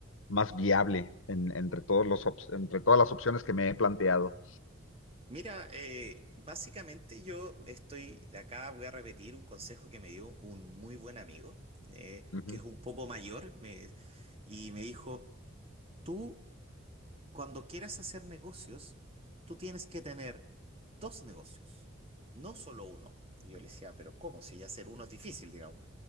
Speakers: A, on the left (about 75°); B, on the right (about 30°).
A: más viable en- entre todos los, op- entre todas las opciones que me he planteado.
B: Mira, eh, básicamente yo estoy, acá voy a repetir un consejo que me dio un muy buen amigo, eh,
A: Ujú.
B: que es un poco mayor, me- y me dijo, tú cuando quieras hacer negocios, tú tienes que tener dos negocios, no solo uno. Y yo le decía, pero ¿cómo? Si ya hacer uno es difícil, digamos.